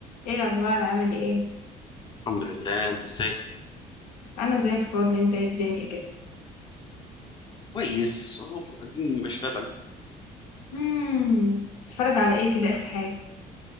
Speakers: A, on the left; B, on the left.
A: ايه الاخبار عامل ايه
B: الحمد لله انت ازيك
A: انا زي الفل انت ايه الدنيا كده
B: كويس اهو اديني بشتغل
A: امم اتفرج على ايه كده اخر حاجه